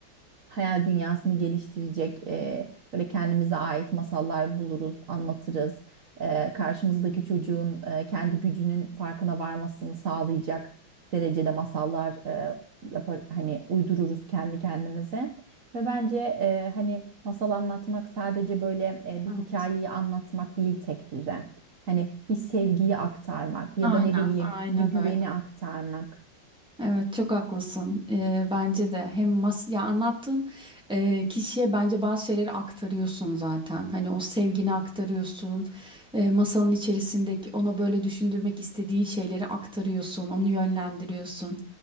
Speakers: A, on the right; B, in the centre.
A: hayal dünyasını geliştirecek e, böyle kendimize ait masallar buluruz, anlatırız. E, karşımızdaki çocuğun e, kendi gücünün farkına varmasını sağlayacak derecede masallar e, yapar hani uydururuz kendi kendimize. Ve bence e, hani masal anlatmak sadece böyle e, bir
B: Evet.
A: hikayeyi anlatmak değil tek düze. Hani bir sevgiyi aktarmak ya
B: Aynen,
A: da ne bileyim
B: aynen
A: bir güveni
B: öyle.
A: aktarmak.
B: Evet çok haklısın. Ee, bence de hem mas ya anlattığın e, kişiye bence bazı şeyleri aktarıyorsun zaten. Hani o sevgini aktarıyorsun. E, masanın içerisindeki ona böyle düşündürmek istediğin şeyleri aktarıyorsun, onu yönlendiriyorsun.